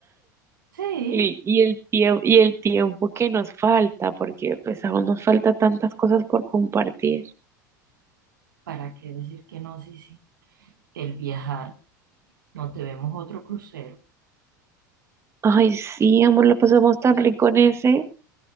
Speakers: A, on the right; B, on the right.
A: sí,
B: Y, y el tiempo, y el tiempo que nos falta, porque pues aún nos falta tantas cosas por compartir.
A: ¿para qué decir que no? Sí, sí. El viajar, nos debemos otro crucero,
B: Ay, sí, amor, lo pasamos tan rico en ese.